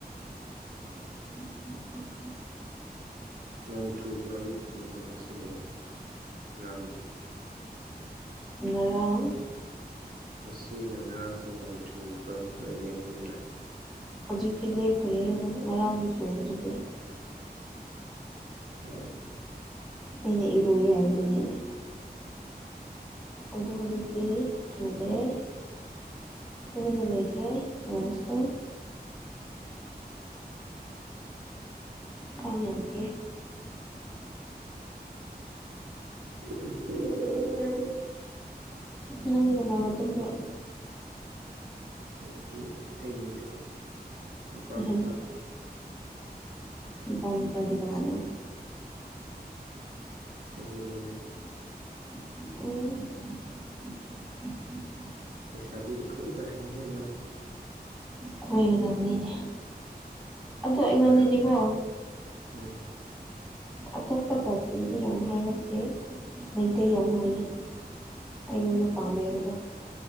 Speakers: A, on the right; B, in the centre.
A: <inaudible>
B: <inaudible>
A: ꯅꯣꯡ ꯆꯨꯗ꯭ꯔꯣ ꯑꯌꯨꯛ ꯄꯨꯝꯗꯪ ꯉꯁꯤꯗꯤ ꯉꯔꯥꯡꯗꯣ
B: ꯉꯔꯥꯡ
A: ꯉꯥꯁꯤꯒ ꯉꯔꯥꯡꯁꯤ ꯅꯣꯡ ꯆꯨꯗꯣ ꯅꯣꯏ ꯂꯩꯐꯝꯗ
B: ꯍꯧꯖꯤꯛꯇꯤ ꯂꯦꯞꯈ꯭ꯔꯦ ꯉꯔꯥꯡꯗꯤ ꯆꯨꯕꯗꯨꯗꯤ
A: ꯎ ꯎꯝ
B: ꯑꯩꯅ ꯏꯔꯣꯏ ꯍꯥꯏꯕꯗꯨꯅꯤꯅꯦ ꯑꯗꯣ ꯍꯧꯖꯤꯛꯇꯤ ꯆꯨꯗ꯭ꯔꯦ ꯇꯨꯃꯤꯟꯅꯥ ꯂꯩꯈꯔꯦ ꯅꯉ ꯆꯣ ꯀꯥꯎ ꯌꯥꯝ ꯆꯤꯛꯑꯦ
A: <inaudible>
B: ꯅꯥꯪꯗꯤ ꯀꯅꯥꯒꯥ ꯇꯨꯝꯕ꯭ꯔꯣ
A: ꯑꯩꯗꯤ ꯑꯩꯒꯤꯗꯣ ꯅꯨꯄꯥ
B: ꯅꯊꯟꯇ
A: ꯃꯆꯥꯗꯣ
B: ꯅꯨꯄꯥ ꯃꯆꯥꯗꯤ ꯀꯅꯥꯅꯣ
A: ꯑꯩꯒꯤ ꯔꯨꯝꯃꯦꯠ
B: ꯑꯣ
A: ꯂꯩꯁꯥꯕꯤꯗꯤ ꯀꯣꯏꯕ ꯍꯥꯏꯔꯅꯤꯃꯁꯨ
B: ꯀꯣꯏꯒꯗꯕꯅꯤꯅꯦ ꯑꯗꯣ ꯑꯩꯉꯣꯟꯗꯗꯤ
A: ꯉꯔꯥꯡ
B: ꯀꯣ
A: ꯎꯝ
B: ꯑꯇꯣꯞꯄ ꯖꯥꯇꯤꯗꯤ ꯌꯥꯝ ꯍꯥꯏꯔꯛꯇꯦ ꯃꯩꯇꯩ ꯌꯥꯝ ꯍꯥꯏꯌꯦ ꯑꯩꯉꯣꯟꯗ ꯄꯥꯝꯃꯦ ꯍꯥꯏꯕꯗꯣ